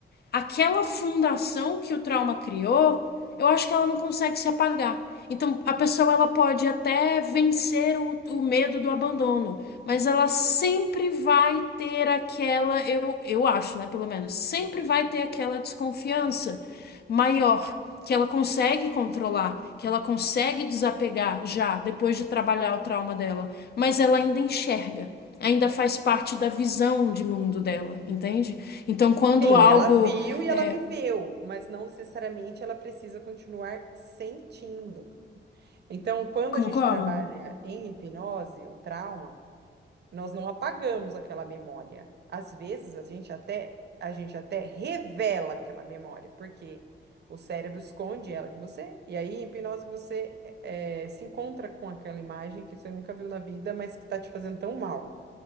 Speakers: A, on the left; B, on the right.
A: aquela fundação que o trauma criou eu acho que ela não consegue se apagar. Então, a pessoa ela pode até vencer o, o medo do abandono, mas ela sempre vai ter aquela, eu, eu acho, né, pelo menos, sempre vai ter aquela desconfiança maior que ela consegue controlar, que ela consegue desapegar já depois de trabalhar o trauma dela, mas ela ainda enxerga. Ainda faz parte da visão de mundo dela, entende? Então, quando
B: Sim,
A: algo.
B: ela viu e ela
A: É...
B: viveu, mas não necessariamente ela precisa continuar sentindo. Então, quando
A: Concordo.
B: a gente trabalha em hipnose, o trauma, Nós não apagamos aquela memória. Às vezes a gente até a gente até revela aquela memória, porque o cérebro esconde ela de você, e aí em hipnose você eh, se encontra com aquela imagem que você nunca viu na vida, mas que está te fazendo tão mal.